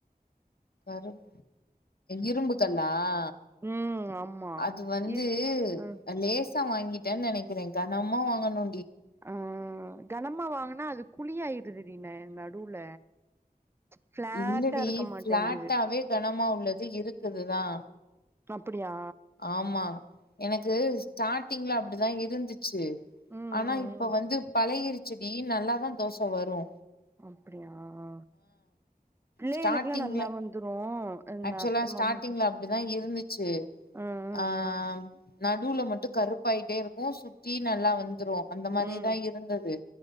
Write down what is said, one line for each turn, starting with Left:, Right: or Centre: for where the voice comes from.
Left: கருப் இரும்புகல்லா ஆ
Right: ம் ஆமா
Left: அது வந்து
Right: இ ஆ
Left: லேசா வாங்கி நெனக்குறேக்கா நம்ம வாங்கணு
Right: ஆ கனமா வாங்குனா அது குழியாயிடுதுடி என் நடுவுல ஃபிளாட்டா
Left: இல்லடி
Right: இருக்க மாட்டேங்குது
Left: பிளாட்டாவே கனமா உள்ளது இது இருக்குதுதா
Right: அப்டியா
Left: ஆமா எனக்கு ஸ்டாட்டிங்ல அப்டிதா இருந்துச்சு சேரி
Right: ம்
Left: ஆனா
Right: ம்
Left: இப்ப
Right: ம்
Left: வந்து பழகிருச் ச்சு டி நல்லாதா தோச வரு
Right: அப்டியா ஆ பிள்ளைகளுக்குகெல்லா
Left: ஸ்டார்டிங்ல
Right: நல்லா வந்துரு இந்த
Left: ஆக்சுவலா
Right: அத்த
Left: ஸ்டாட்டிங்ல
Right: மாமாக்கு
Left: அப்டிதா இருந்துச்சு
Right: ம் ம்
Left: ஆ
Right: ம்
Left: நடுவுல ம வந்து கருப்பாயிட்டே இருக்கு சுத்தி நல்லா வந்து வந்துருவோ அந்த மாரியேதா
Right: ம்
Left: இருந்தது